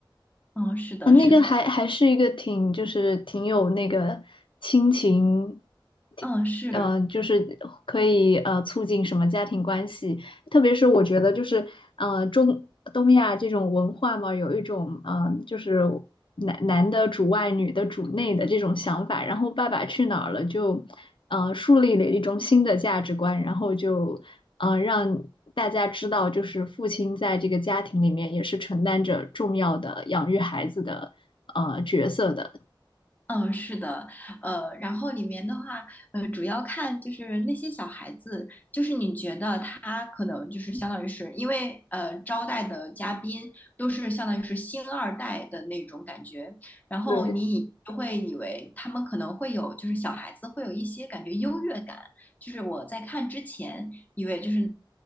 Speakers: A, on the left (about 20°); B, on the left (about 75°).
A: 嗯，是的，
B: 啊，那个还还是一个挺，
A: 是的，
B: 就是挺有那个亲情，挺呃，
A: 嗯，是。
B: 就是可以呃促进什么家庭关系，特别是我觉得就是呃中东亚这种文化嘛，有一种呃就是男男的主外，女的主内的这种想法。然后《爸爸去哪儿了》就，呃，树立了一种新的价值观，然后就，呃，让大家知道，就是父亲在这个家庭里面也是承担着重要的养育孩子的呃角色的。
A: 嗯，是的，呃，然后里面的话，呃，主要看就是那些小孩子，就是你觉得他可能就是相当于是因为呃招待的嘉宾都是相当于是星二代的那种感觉，然后你以就会以为他们可能会有就是小孩子会有一些感觉优越感，
B: 对。
A: 就是我在看之前以为就是。